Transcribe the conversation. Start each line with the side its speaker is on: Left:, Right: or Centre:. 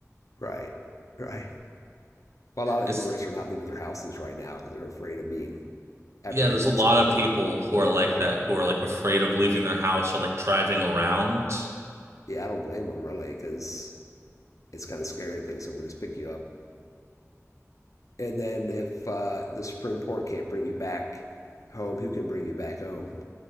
Left: right, right. Well, a lot of
Right: It's
Left: immigrants are not leaving their houses right now because they're afraid of being apprehended
Right: yeah, there's a lot
Left: somewhere.
Right: of people who are like
Left: Yeah,
Right: that, who are like afraid of leaving their house or like driving around.
Left: yeah, I don't blame them really because it's kind of scary to think someone just pick you up. And then if uh, the Supreme Court can't bring you back home, who can bring you back home?